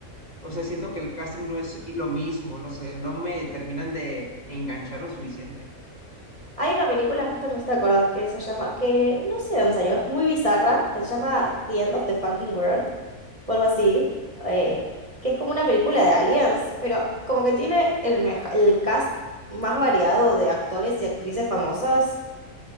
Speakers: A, on the left (about 30°); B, on the right (about 25°).
A: O sea, siento que el casting no es lo mismo, no sé, no me terminan de enganchar lo suficiente.
B: Hay una película, justo me hice acordar, que se llama, que no sé dónde salió, es muy bizarra, que se llama The End of the Fucking World, o algo así, eh, que es como una película de aliens, pero como que tiene el, meja- el cast más variado de actores y actrices famosas,